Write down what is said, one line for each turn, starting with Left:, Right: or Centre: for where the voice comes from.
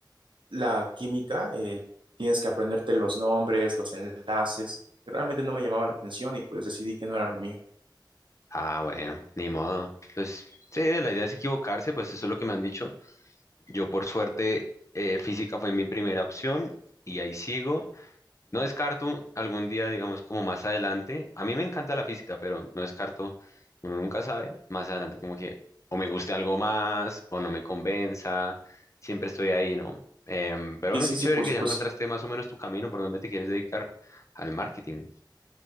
Right: la química, eh, tienes que aprenderte los nombres, los enlaces. Realmente no me llamaba la atención y pues decidí que no era lo mío.
Left: Ah, bueno, ni modo. Pues sí, la idea es equivocarse, pues eso es lo que me han dicho. Yo por suerte, eh, física fue mi primera opción y ahí sigo. No descarto algún día, digamos, como más adelante. A mí me encanta la física, pero no descarto, uno nunca sabe, más adelante como que o me guste algo más o no me convenza. Siempre estoy ahí, ¿no? Em, pero
Right: Sí,
Left: bueno,
Right: sí,
Left: qué
Right: sí,
Left: chévere
Right: por
Left: que
Right: supuesto.
Left: ya encontraste más o menos tu camino por donde te quieres dedicar al marketing.